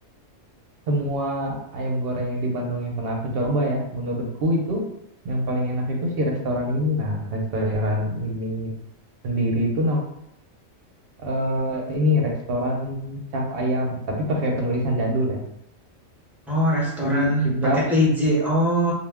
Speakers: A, on the right; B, in the centre.
A: semua ayam goreng yang di Bandung yang pernah aku coba ya, menurutku itu yang paling enak itu si restoran ini. Nah, restoran ini sendiri itu nam- eh, ini restoran cap ayam, tapi pakai penulisan jadul ya.
B: Oh, restoran
A: Jadi kejap,
B: pakai TJ. Oh,